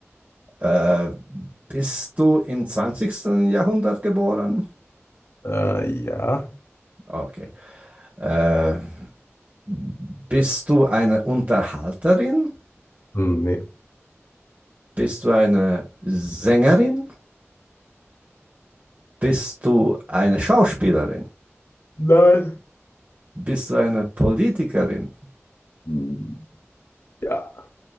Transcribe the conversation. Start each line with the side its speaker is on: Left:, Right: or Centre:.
Right: äh, bist du im zwanzigsten Jahrhundert geboren?
Left: Äh, ja.
Right: Okay. Äh, bist du eine Unterhalterin?
Left: Hm, nee.
Right: Bist du eine Sängerin? Bist du eine Schauspielerin?
Left: Nein.
Right: Bist du eine Politikerin?
Left: Hm, Ja.